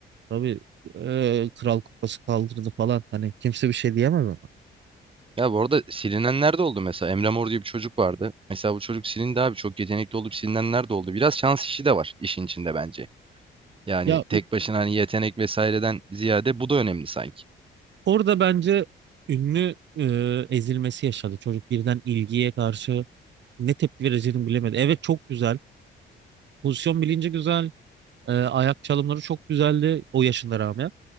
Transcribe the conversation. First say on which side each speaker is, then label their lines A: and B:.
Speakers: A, on the right; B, on the right.
A: Tabii eee, Kral Kupası kaldırdı falan. Hani kimse bir şey diyemez ona.
B: Ya bu arada silinenler de oldu mesela. Emre Mor diye bir çocuk vardı. Mesela bu çocuk silindi abi. Çok yetenekli olup silinenler de oldu. Biraz şans işi de var işin içinde bence. Yani
A: Ya
B: tek
A: ü-
B: başına hani yetenek vesaireden ziyade bu da önemli sanki.
A: orada bence ünlü eee, ezilmesi yaşadı. Çocuk birden ilgiye karşı ne tepki vereceğini bilemedi. Evet çok güzel. Pozisyon bilinci güzel. E, ayak çalımları çok güzeldi o yaşına rağmen.